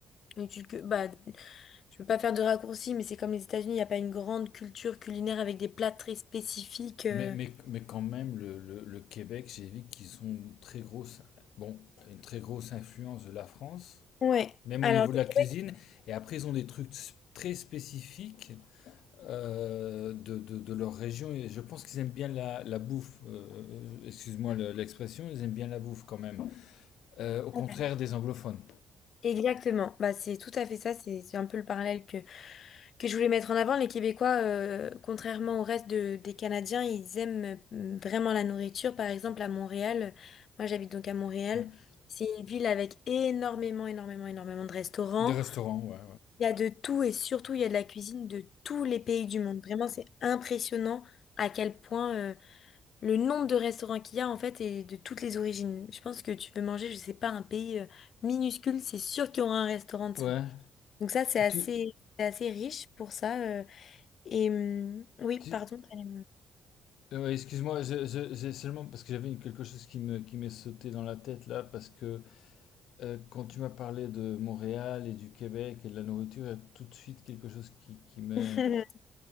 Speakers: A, on the left (about 60°); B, on the left (about 80°).
A: une culture... Bah, je veux pas faire de raccourci, mais c'est comme les États-Unis, il n'y a pas une grande culture culinaire avec des plats très spécifiques. euh.
B: Mais, mais, mais quand même, le, le- le Québec, j'ai vu qu'ils ont une très grosse, bon, une très grosse influence de la France,
A: Ouais.
B: même
A: Alors,
B: au niveau
A: le
B: de la cuisine.
A: Québec,
B: Et après, ils ont des trucs s- très spécifiques euh, de, de- de leur région. Et je pense qu'ils aiment bien la, la bouffe. Euh, euh, excuse-moi le- l'expression, ils aiment bien la bouffe quand même. Euh, au contraire
A: ouais.
B: des anglophones.
A: Exactement. Bah, c'est tout à fait ça. C'est c'est un peu le parallèle que que je voulais mettre en avant, les Québécois, euh, contrairement au reste de- des Canadiens, ils aiment euh, vraiment la nourriture. Par exemple, à Montréal, euh, moi j'habite donc à Montréal,
B: Hmm.
A: c'est une ville avec énormément, énormément, énormément de restaurants.
B: Des restaurants, ouais,
A: Il y a de tout et surtout il y a de la cuisine de tous les pays du monde. Vraiment, c'est impressionnant à quel point euh, le nombre de restaurants qu'il y a en fait est de toutes les origines. Je pense que tu veux manger, je sais pas, un pays euh, minuscule, c'est sûr qu'il y aura un restaurant de
B: ouais.
A: ça.
B: Ouais.
A: Donc ça, c'est assez,
B: Tu,
A: c'est assez riche pour ça. euh, et hum, oui,
B: Tu-
A: pardon. allez,
B: euh, excuse-moi, je- je- j'ai seulement parce que j'avais une- quelque chose qui me, qui m'est sauté dans la tête là, parce que euh, quand tu m'as parlé de Montréal et du Québec et de la nourriture, il y a tout de suite quelque chose qui, qui m'est-
A: <laughs>